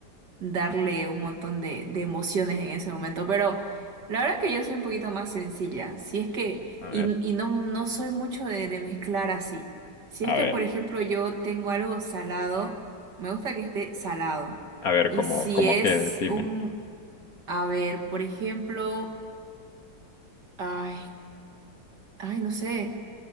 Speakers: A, on the right; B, on the left.
A: darle un montón de, de emociones en ese momento. Pero la verdad que yo soy un poquito más sencilla. Si es que,
B: a ver,
A: y, y no, no soy mucho de, de mezclar así. Si
B: a
A: es que,
B: ver,
A: por ejemplo, yo tengo algo salado, me gusta que esté salado.
B: a ver
A: Y
B: cómo,
A: si
B: cómo
A: es
B: qué, decime.
A: un, a ver, por ejemplo, ay, ay, no sé,